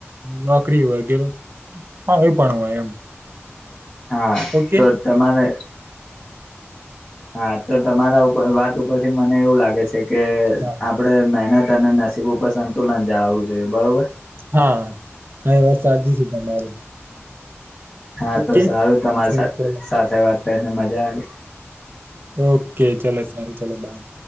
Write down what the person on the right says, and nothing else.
નોકરી હોય કે એવું પણ હોય એમ
ઓકે
હા
હા હા વાત સા છે તમારી
ઓકે
સારું ચાલો.
ઓકે ચલો સા ચલો બાય